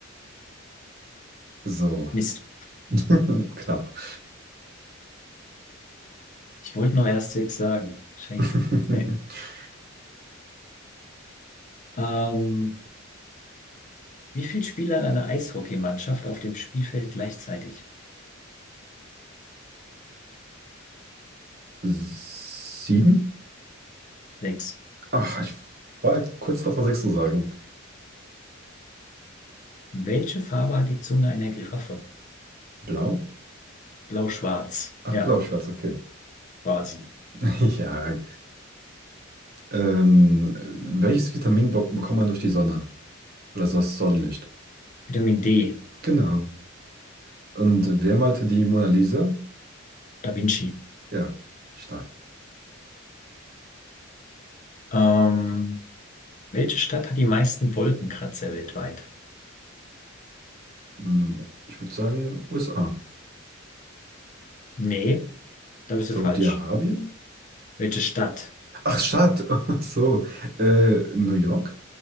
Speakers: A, on the right; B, on the left.
A: So,
B: Mist.
A: <laughs> knapp.
B: Ich wollte noch erst sechs sagen. Scheiße.
A: <laughs>
B: Nee. Ähm, wie viele Spieler hat eine Eishockeymannschaft auf dem Spielfeld gleichzeitig?
A: Sieben?
B: Sechs.
A: Ach, ich war kurz davor, sechs zu sagen.
B: Welche Farbe hat die Zunge einer Giraffe?
A: Blau?
B: Blau-Schwarz,
A: Ach,
B: ja,
A: blau-schwarz, okay.
B: quasi.
A: <laughs> Ja. Ähm, welches Vitamin be bekommt man durch die Sonne? Oder das Sonnenlicht?
B: Vitamin D,
A: Genau. Und wer malte die Mona Lisa?
B: Da Vinci.
A: Ja, stark.
B: Ähm, welche Stadt hat die meisten Wolkenkratzer weltweit?
A: Hm, Ich würde sagen USA.
B: Nee, da bist du
A: Saudi-Arabien?
B: falsch. Welche Stadt?
A: Ach, Stadt. <laughs> Ach So, äh, New York?